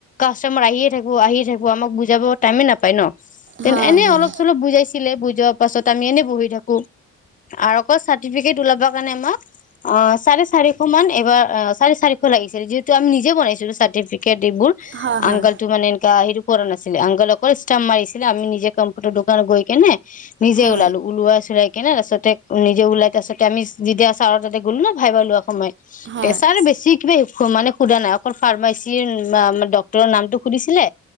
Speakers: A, on the left; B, on the right.
A: কাষ্টমাৰ আহিয়েই থাকো আহিয়েই থাকো আমাক বুজাব টাইমে নাপায় ন তে
B: হয়,
A: এনেই
B: হয়।
A: অলপ চলপ বুজাইছিলে বুজোৱাৰ পাছত আমি এনে বহি থাকো আৰু আকৌ চাৰ্টিফিকেট ওলাব কাৰণে আমাক অহ চাৰে চাৰিশ মান এইবাৰ অহ চাৰে চাৰিশ লাগিছিল যিহেতু আমি নিজে বনাইছিলোঁ চাৰ্টিফে কেটিবোৰ।
B: হয়, হয়।
A: আংকল টো মানে এনে হেৰি কৰা নাছিলে আংকল অকল ষ্টাম্প মাৰিছিলে আমি নিজে কম্পিউটাৰ দোকানত গৈ কেনে নিজে
B: হয়,
A: ওলালো ওলোৱাই চিলাই কিনে তাৰপিছতে নিজে ওলাই তাৰপিছতে আমি যেতিয়া ছাৰ তাতে গ'লো ন ভাইবাৰ লোৱা সময়
B: হয়।
A: প্ৰেছাৰ বেছি কিবা মানে সোধা নাই অকল ফাৰ্মাচীৰ ডক্টৰৰ নামটো সুধিছিলে